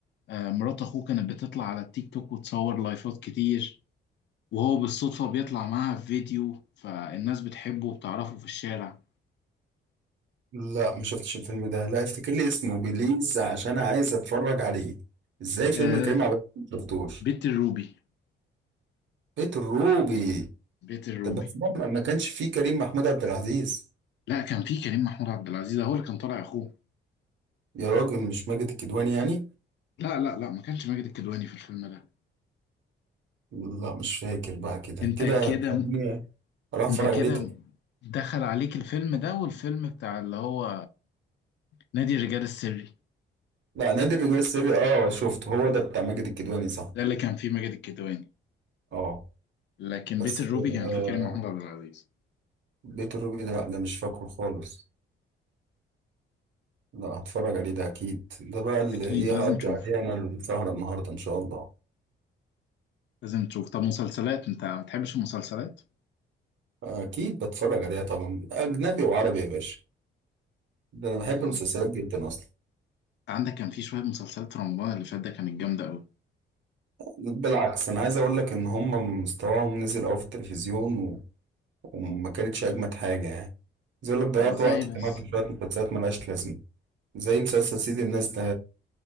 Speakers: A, on the left; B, on the right.
A: آه، مرات أخوه كانت بتطلع على التيك توك وتصور لايفات كتير وهو بالصدفة بيطلع معاها في فيديو فالناس بتحبه وبتعرفه في الشارع
B: لا ما شفتش الفيلم ده لا افتكر لي اسمه بليز عشان عايز اتفرج عليه ازاي فيلم
A: آه
B: كريم عبد العزيز ما شفتوش
A: بيت الروبي
B: بيت الروبي
A: بيت الروبي
B: طب بس ده ما ما كانش فيه كريم محمود عبد العزيز
A: لا كان في كريم محمود عبد العزيز هو اللي كان طالع اخوه
B: يا راجل مش ماجد الكدواني يعني
A: لا لا لا ما كانش ماجد الكدواني في الفيلم ده
B: لا مش فاكر بقى كده
A: انت
B: كده
A: كده
B: هتخليني اروح
A: انت
B: اتفرج
A: كده
B: عليه تاني
A: دخل عليك الفيلم ده والفيلم بتاع اللي هو نادي الرجال السري
B: لا نادي الرجال السري اه شفته هو ده بتاع ماجد الكدواني صح
A: ده اللي كان فيه ماجد الكدواني
B: اه
A: لكن
B: بس
A: بيت الروبي كان
B: آه
A: فيه كريم محمود عبد العزيز
B: بيت الروبي ده لا ده مش فاكره خالص لا هتفرج عليه ده اكيد ده بقى اللي
A: اكيد
B: ايه
A: لازم
B: هقضي
A: تشوفه
B: عليه انا السهرة النهاردة ان شاء الله
A: لازم تشوف طب مسلسلات انت ما بتحبش المسلسلات
B: اكيد بتفرج عليها طبعا اجنبي وعربي يا باشا ده انا بحب
A: انت
B: المسلسلات جدا اصلا
A: عندك كان في شويه مسلسلات في رمضان اللي فات ده كانت جامده قوي
B: بالعكس انا عايز اقول لك ان هم مستواهم نزل قوي في التلفزيون و... وما كانتش اجمد حاجة يعني عايز اقول لك ضيعت
A: طب ازاي
B: وقتي
A: بس
B: كمان في شوية مسلسلات ملهاش لازمة زي مسلسل سيد الناس ده